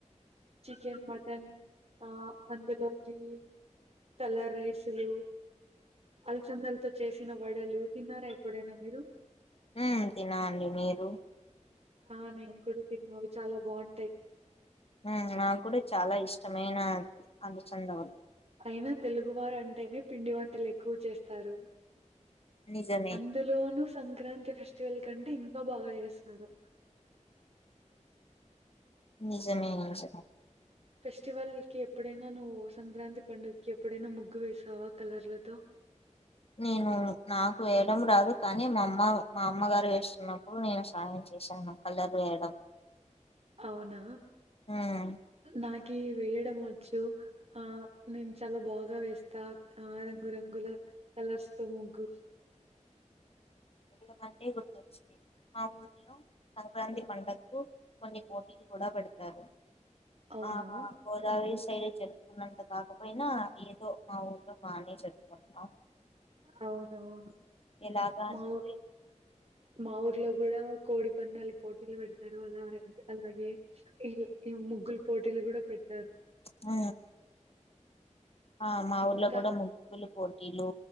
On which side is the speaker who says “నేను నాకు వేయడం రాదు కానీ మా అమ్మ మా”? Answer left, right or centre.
Left